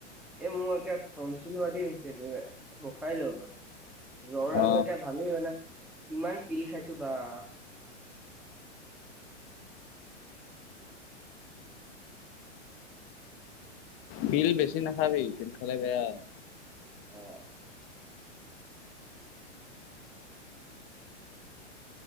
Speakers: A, in the centre; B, on the left.
A: এই মোৰ এতিয়া টনচিল হোৱা দি হৈছে একেবাৰে উশাহ‌ই ল'ব পৰা নাই। <inaudible> জ্বৰ
B: অ
A: <inaudible> এতিয়া ভালেই হয় না ইমান পিল খাইছো বা <inaudible>
B: পিল বেছি নাখাবি পিল খালে বেয়া। <inaudible>
A: অ! <inaudible>